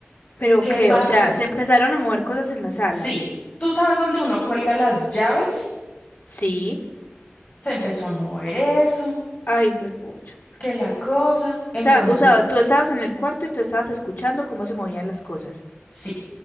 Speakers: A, on the left; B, on the left.
A: ¿Pero
B: ¿Qué
A: qué?
B: pasó?
A: O sea, se empezaron a mover cosas en la sala.
B: Sí, tú sabes dónde uno cuelga las llaves,
A: Sí.
B: se empezó a mover eso,
A: Ay, juepucha.
B: que la cosa, entonces,
A: O sea, o sea, tú estabas en el cuarto y tú estabas escuchando cómo se movían las cosas.
B: sí.